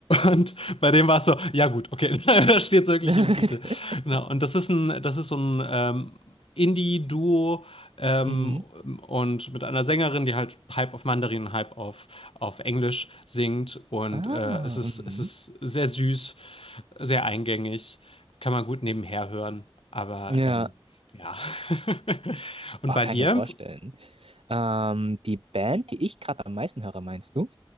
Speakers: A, on the left; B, on the right.
A: Und bei dem war es so, ja gut, okay, <laughs> da steht es wirklich
B: <laughs>
A: im Titel. Genau. Und das ist ein, das ist so ein ähm, Indie-Duo ähm,
B: Mhm.
A: und mit einer Sängerin, die halt halb auf Mandarin, halb auf, auf Englisch singt. Und
B: Ah,
A: äh, es ist,
B: mhm.
A: es ist sehr süß, sehr eingängig, kann man gut nebenher hören. Aber
B: Ja.
A: ähm, ja. <laughs> Und
B: Oh,
A: bei
B: kann
A: dir?
B: ich mir vorstellen. Ähm, die Band, die ich gerade am meisten höre, meinst du?